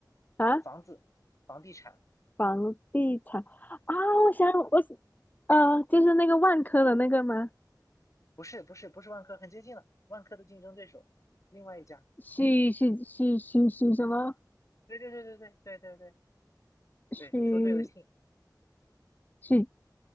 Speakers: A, on the left; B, on the left.
A: 啊，
B: 房子房地产，
A: 房地产啊，我想我是呃，就是那个万科的那个吗？
B: 不是不是不是万科，很接近了，万科的竞争对手，另外一家，
A: 许许许许许什么？
B: 对对对对对对对对对，
A: 许
B: 你说对了，姓
A: 许